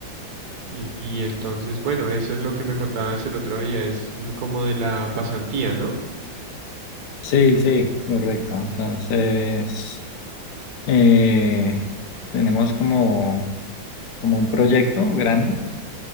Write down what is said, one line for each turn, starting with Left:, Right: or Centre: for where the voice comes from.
Right: y, y entonces, bueno, eso es lo que me contabas el otro día, es como de la pasantía, ¿no?
Left: Sí, sí, correcto. Entonces, eh, tenemos como, como un proyecto grande